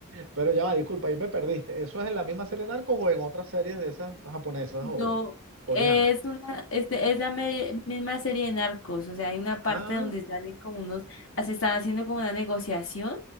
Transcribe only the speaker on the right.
Pero ya va, disculpa, ahí me perdiste. ¿Eso es en la misma serie Narcos o en otras series de esas japonesas
o coreanas?
Ah,